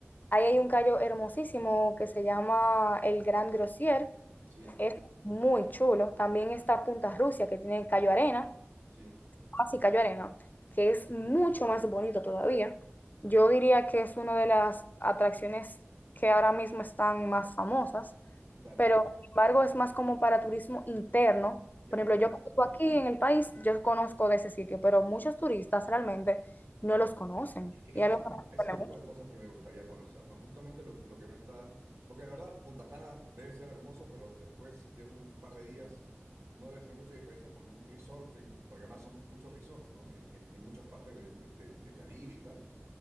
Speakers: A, on the left; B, on the right.
A: Ahí hay un callo hermosísimo que se llama el Gran Grosier
B: Sí.
A: Es muy chulo. También está Punta Rusia, que tiene Cayo Arena,
B: Sí,
A: así Cayo Arena, que es mucho más bonito todavía. Yo diría que es una de las atracciones que ahora mismo están más famosas,
B: dale,
A: pero sin embargo es más como para turismo interno.
B: ya
A: Por ejemplo,
B: te
A: yo
B: entiendo.
A: que vivo aquí en el país, yo conozco de ese sitio, pero muchos turistas realmente no los conocen.
B: Es que ese
A: Ya los
B: es el
A: conocen.
B: tipo, ese es el tipo de cosas que me gustaría conocer, ¿no? Justamente lo, lo que no está, porque de verdad Punta Cana debe ser hermoso, pero después de un par de días no debe tener mucha diferencia con un resort, en- porque además son muchos resorts, ¿no? En, en- en muchas partes de- de- de- del Caribe y tal.